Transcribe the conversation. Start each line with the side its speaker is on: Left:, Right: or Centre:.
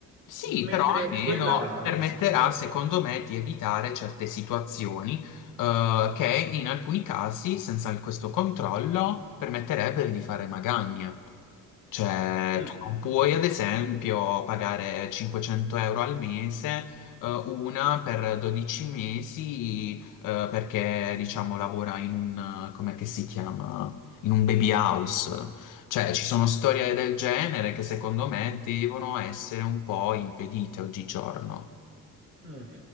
Left: Sì,
Right: Mentre
Left: però almeno
Right: quell'altro
Left: permetterà,
Right: quesito,
Left: secondo me, di evitare certe situazioni eh, che in alcuni casi, senza il- questo controllo, permetterebbero di fare magagne. Cioè,
Right: mm,
Left: tu non puoi, ad esempio, pagare 500 euro al mese, eh, una per 12 mesi, eh, perché, diciamo, lavora in un, come che si chiama? In un baby house. Cioè, ci sono storie del genere che secondo me devono essere un po' impedite oggigiorno.
Right: Mm.